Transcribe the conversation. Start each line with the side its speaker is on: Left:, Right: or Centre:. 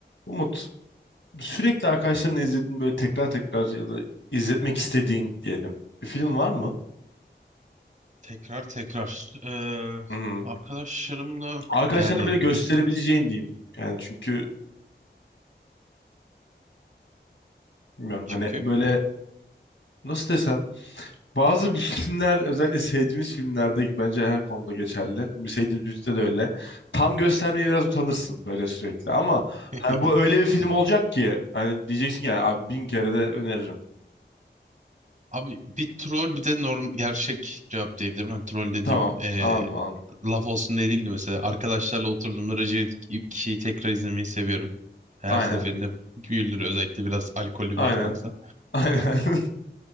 Left: Umut, sürekli arkadaşlarınla izlediğin böyle tekrar tekrar ya da izletmek istediğin diyelim bir film var mı?
Right: Tekrar tekrar. Ee,
Left: Hı.
Right: arkadaşlarımla
Left: Arkadaşlarına
Right: yani
Left: böyle gösterebileceğin diyeyim. Yani çünkü bilmiyorum
Right: çünkü.
Left: hani böyle nasıl desem bazı bir <laughs> filmler özellikle sevdiğimiz filmlerdeki bence her konuda geçerli. Sevdiğimiz müzikte de öyle. Tam göstermeye biraz utanırsın böyle sürekli ama
Right: <laughs>
Left: hani bu öyle bir film olacak ki hani diyeceksin ki yani abi bin kere de öneririm.
Right: Abi bir troll bir de norm gerçek cevap diyebilirim. Hani troll dediğim
Left: Tamam
Right: ee,
Left: anladım anladım.
Right: laf olsun diye değildi mesela. Arkadaşlarla oturduğumda Recep kişiyi tekrar izlemeyi seviyorum. Her
Left: Aynen
Right: seferinde güldür özellikle biraz alkollü
Left: aynen
Right: bir ortamsa.
Left: <laughs> aynen. <laughs>